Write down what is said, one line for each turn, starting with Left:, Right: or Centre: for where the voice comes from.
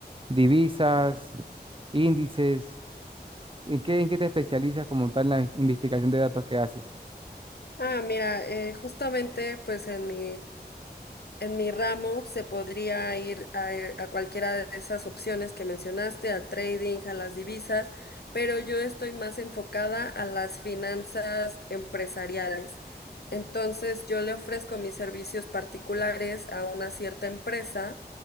Right: Divisas, índices. ¿En qué, en qué te especializas como tal en la investigación de datos que haces?
Left: Ah, mira, eh, justamente pues en mi En mi ramo se podría ir a, eh, a cualquiera de esas opciones que mencionaste, al trading, a las divisas, pero yo estoy más enfocada a las finanzas empresariales. Entonces, yo le ofrezco mis servicios particulares a una cierta empresa.